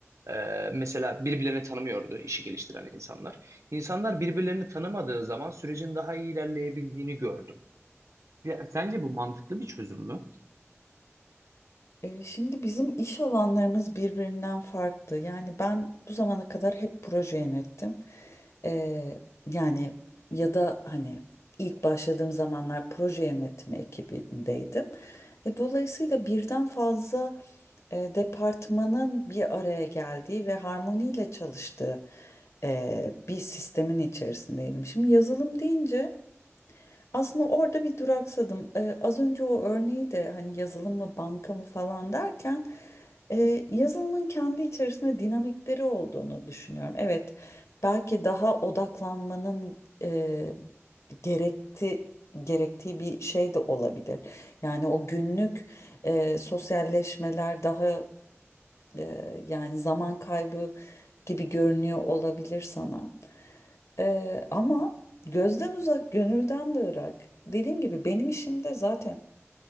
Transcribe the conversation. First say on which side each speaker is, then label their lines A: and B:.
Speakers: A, on the right; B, on the left.
A: E, mesela birbirlerini tanımıyordu işi geliştiren insanlar. İnsanlar birbirlerini tanımadığı zaman sürecin daha iyi ilerleyebildiğini gördüm. Ya, sence bu mantıklı bir çözüm mü?
B: Ee, şimdi bizim iş alanlarımız birbirinden farklı. Yani ben bu zamana kadar hep proje yönettim. Ee, yani ya da hani ilk başladığım zamanlar proje yönetimi ekibindeydim. E, dolayısıyla birden fazla e, departmanın bir araya geldiği ve harmoniyle çalıştığı e, bir sistemin içerisindeydim. Şimdi yazılım deyince aslında orada bir duraksadım. E, az önce o örneği de hani yazılım mı banka mı falan derken e, yazılımın kendi içerisinde dinamikleri olduğunu düşünüyorum. Evet, belki daha odaklanmanın e, gerekti gerektiği bir şey de olabilir. Yani o günlük e, sosyalleşmeler daha Eee, yani zaman kaybı gibi görünüyor olabilir sana. Eee, ama gözden uzak, gönülden de ırak. Dediğim gibi benim işimde zaten